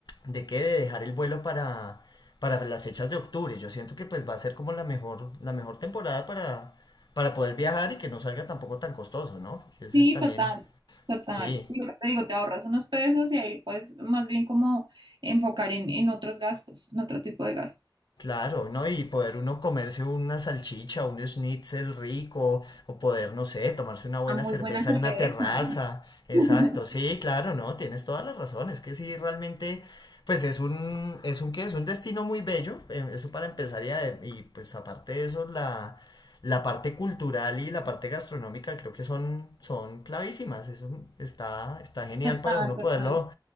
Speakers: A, on the left (about 65°); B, on the right (about 80°).
A: de qué, de dejar el vuelo para, para las fechas de octubre. Yo siento que pues va a ser como la mejor, la mejor temporada para, para poder viajar y que no salga tampoco tan costoso, ¿no? Porque
B: Sí,
A: ese es también,
B: total, total.
A: sí.
B: Lo que te digo, te ahorras unos pesos y ahí puedes más bien como enfocar en, en otros gastos, en otro tipo de gastos.
A: Claro, ¿no? Y poder uno comerse una salchicha, un schnitzel rico, o poder, no sé, tomarse una buena
B: Una muy
A: cerveza
B: buena cerveza.
A: en una terraza. Exacto,
B: <laughs>
A: sí, claro, ¿no? Tienes toda la razón. Es que sí, realmente, pues es un, es un, ¿qué? Es un destino muy bello, eh, eso para empezar y, ade- y, pues aparte de eso, la, la parte cultural y la parte gastronómica creo que son, son clavísimas. Eso está, está genial
B: Total,
A: para uno
B: total.
A: poderlo,